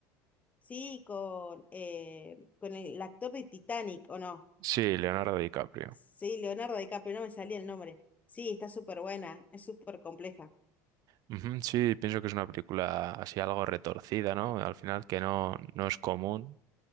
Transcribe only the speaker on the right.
Sí, Leonardo DiCaprio.
Ujú, Sí, pienso que es una película así algo retorcida, ¿no? Al final que no, no es común